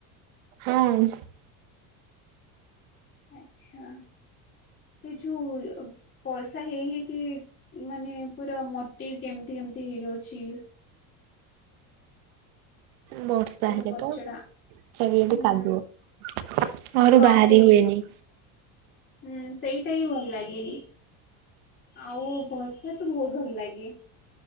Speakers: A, on the right (about 80°); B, on the left (about 30°).
A: ନାଇଁ।
B: ଆଛା ଏ ଯଉ ବର୍ଷା ହେଇ ହେଇକି ମାନେ ପୁରା ମୋଟି କେମିତି କେମତି ହେଇଯାଉଛି।
A: ବର୍ଷା
B: ପୁରା
A: ହେଲେ
B: କଚଡା
A: ତ ଚାରି ଆଡେ
B: ହୁଁ
A: କାଦୁଅ ଘରୁ
B: ହଁ
A: ବାହାରି
B: ସେଇ
A: ହୁଏନି।
B: ହୁଁ ସେଇଟା ହିଁ ଭଲ ଲାଗେନି। ଆଉ ବର୍ଷା ତ ବହୁତ ଭଲ ଲାଗେ।